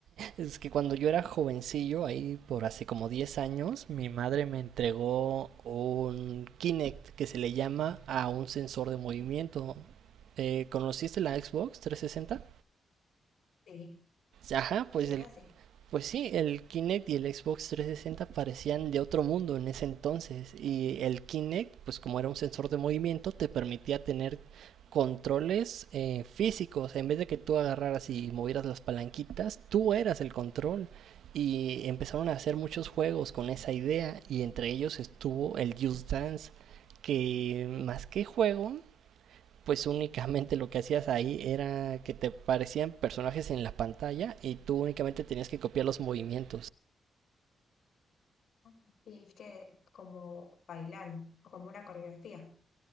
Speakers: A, on the right; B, on the left.
A: Es que cuando yo era jovencillo, ahí por hace como 10 años, mi madre me entregó un Kinect que se le llama a un sensor de movimiento. Eh, ¿conociste la Xbox 360?
B: Sí,
A: Ajá, pues
B: sí,
A: el,
B: es así.
A: pues sí, el Kinect y el Xbox 360 parecían de otro mundo en ese entonces. Y el Kinect, pues como era un sensor de movimiento, te permitía tener controles eh, físicos. En vez de que tú agarraras y movieras las palanquitas, tú eras el control. Y empezaron a hacer muchos juegos con esa idea. Y entre ellos estuvo el Just Dance. Que más que juego, pues únicamente lo que hacías ahí era que te parecían personajes en la pantalla y tú únicamente tenías que copiar los movimientos.
B: Mm. Y es que como bailan, como una coreografía.